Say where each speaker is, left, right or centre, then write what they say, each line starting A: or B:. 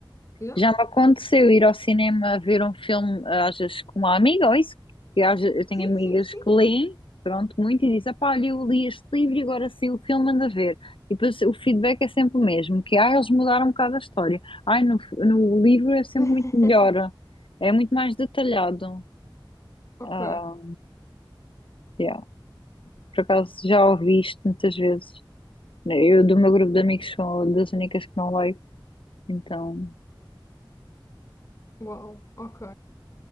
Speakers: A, on the left (about 35°); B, on the left (about 85°).
A: Yeah.
B: Já me aconteceu ir ao cinema ver um filme, eh, às vezes com uma amiga, ou isso, que às ve- eu tenho
A: Sim,
B: amigas
A: sim, sim.
B: que leem, pronto, muito, e dizem, pá, olha, eu li este livro e agora saiu o filme, anda a ver. E depois o feedback é sempre o mesmo, que, ah, eles mudaram um bocado a história. Ai, no, f- no livro é sempre
A: <laughs>
B: muito melhor, é muito mais detalhado.
A: Ok,
B: Ah, yeah. Por acaso já ouvi isto muitas vezes. Eu, do meu grupo de amigos, sou das únicas que não leio, então...
A: uau, ok.